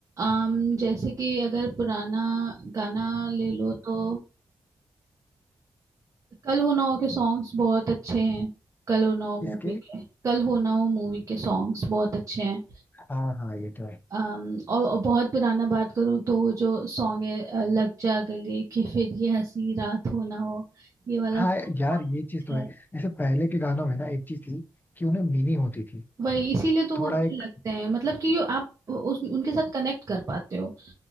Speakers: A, on the right (about 40°); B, on the left (about 25°).
A: अम जैसे कि अगर पुराना गाना ले लो तो कल हो ना हो के सॉन्ग्स बहुत अच्छे हैं कल हो ना हो मूवी
B: इसके
A: के कल हो ना हो मूवी के सॉन्ग्स बहुत अच्छे हैं
B: हाँ हाँ ये तो है
A: अम, और, और बहुत पुराना बात करूँ तो वो जो सॉन्ग है अ, लग जा गले कि फिर ये हंसी रात हो ना हो ये वाला
B: हाँ
A: song
B: यार
A: बहुत
B: ये चीज
A: अच्छा
B: तो है
A: है
B: जैसे पहले के गानों में ना एक चीज थी कि उन्हें मीनिंग होती थी
A: वही इसीलिए तो वो
B: थोड़ा
A: अच्छे
B: एक
A: लगते हैं मतलब कि यो आप उस उनके साथ कनेक्ट कर पाते हो